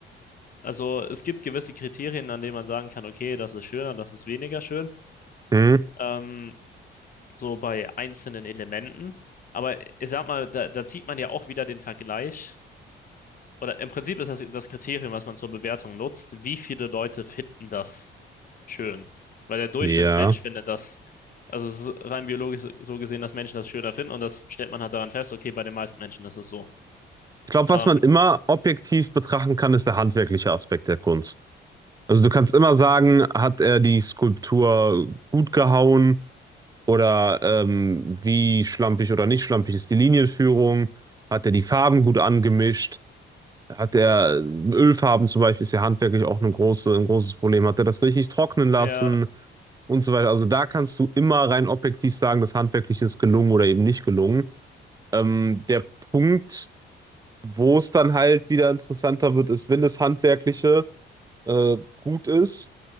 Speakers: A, on the left; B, on the right.
A: Also es gibt gewisse Kriterien, an denen man sagen kann, okay, das ist schöner, das ist weniger schön.
B: hm,
A: Ähm, so bei einzelnen Elementen. Aber ich sag mal, da, da zieht man ja auch wieder den Vergleich oder im Prinzip ist das das Kriterium, was man zur Bewertung nutzt, wie viele Leute finden das schön. Weil der Durchschnittsmensch
B: ja.
A: findet das, also es ist rein biologisch so gesehen, dass Menschen das schöner finden und das stellt man halt daran fest, okay, bei den meisten Menschen ist es so.
B: Ich glaube,
A: Ähm,
B: was man immer objektiv betrachten kann, ist der handwerkliche Aspekt der Kunst. Also du kannst immer sagen, hat er die Skulptur gut gehauen? Oder ähm, wie schlampig oder nicht schlampig ist die Linienführung? Hat er die Farben gut angemischt? Hat er äh, Ölfarben zum Beispiel, ist ja handwerklich auch eine große, ein großes Problem. Hat er das richtig trocknen lassen
A: ja,
B: und so weiter? Also da kannst du immer rein objektiv sagen, das handwerklich ist gelungen oder eben nicht gelungen. Ähm, der Punkt, wo es dann halt wieder interessanter wird, ist, wenn das Handwerkliche äh, gut ist,